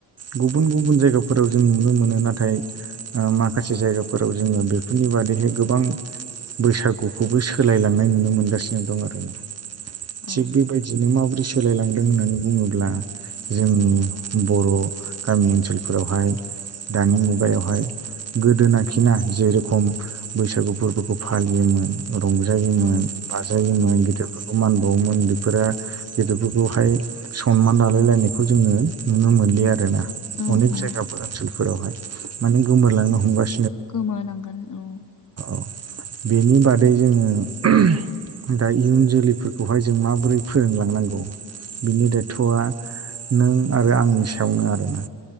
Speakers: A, on the right (about 35°); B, on the left (about 45°).
A: बुं गुबुन गुबुन जायगाफोराव जों नुनो मोनो नाथाय ओ माखासे जायगाफोराव जोङो बे गु बेफोरनि बादैहाय गोबां बैसागुखौबो सोलायलांनाय नुनो मोनगासिनो दं आरोना।
B: औ
A: थिग बेबायदिनो माबोरै सोलायलांदों मानो होननानै बुङोब्ला जोंनि बर' गामि ओनसोलफोरावहाय दानि मुगायावहाय गोदोनाखिना जेरखम खम बैसागु फोरबोखौ फालियोमोन। रंजायोमोन
B: औ
A: बाजायोमोन
B: औ
A: गिदिरफोरखौ मान बावोमोन उन्दै फोर गेदेरफोरखौहाय सनमान लालाय लायनायखौ जोङो नुनो मोनलि आरोना।
B: औ
A: अनेक
B: औ
A: जायगाफोर ओनसोलफोरावहाय माने गोमोरलांनो हमगासि
B: गोमालांगोन औ
A: औ बेनि बादै जोङो ओहम दा इयुन जोलैफोरखौहाय जों माबोरै फोरोंलांनांगौ बिनि दायथ'आ नों आरो आंनि सायावनो आरोना